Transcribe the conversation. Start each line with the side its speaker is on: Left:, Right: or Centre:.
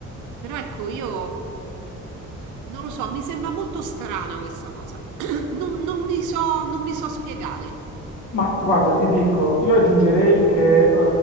Right: Però ecco, io non lo so, mi sembra molto strana questa cosa. Non, non mi so, non mi so spiegare.
Left: Ma guarda, ti dico, io aggiungerei che eh,